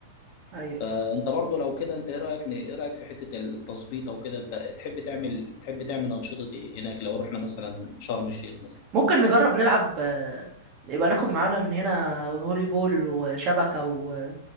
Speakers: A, on the right; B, on the left.
A: ايوه
B: فانت برضو لو كده انت ايه رايك ايه رايك في حته التظبيط او كده انت تحب تعمل تحب تعمل انشطه ايه هناك لو رحنا مثلا شرم الشيخ مثلا
A: ممكن نجرب نلعب آه، يبقى ناخد معانا من هنا فولي بول وشبكه و...